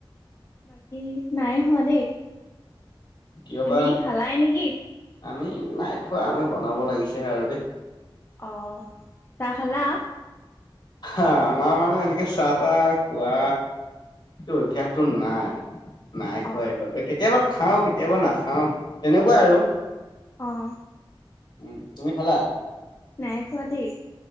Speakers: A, on the left; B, on the left.
A: বাকী নাই হোৱা দেই।
B: কিয়
A: তুমি
B: বা
A: খালাই নিকি?
B: আমি নাই খোৱা আমি বনাব লাগিছেহে আৰু দেই।
A: অ, চাহ খালা?
B: হা, আমাৰ মানে এনেকে চাহ- তাহ খোৱা ত অভ্যাসটো নাই। নাই খোৱাই
A: অ
B: বাবে কেতিয়াবা খাওঁ কেতিয়াবা নাখাওঁ, তেনেকুৱাই আৰু।
A: অঁ।
B: উম, তুমি খালা?
A: নাই খোৱা দেই।